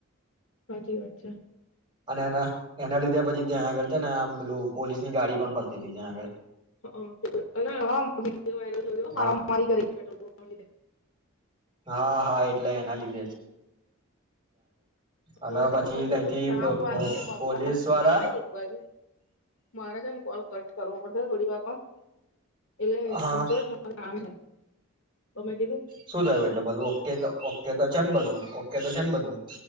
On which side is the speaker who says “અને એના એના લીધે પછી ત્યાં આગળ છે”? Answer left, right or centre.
Right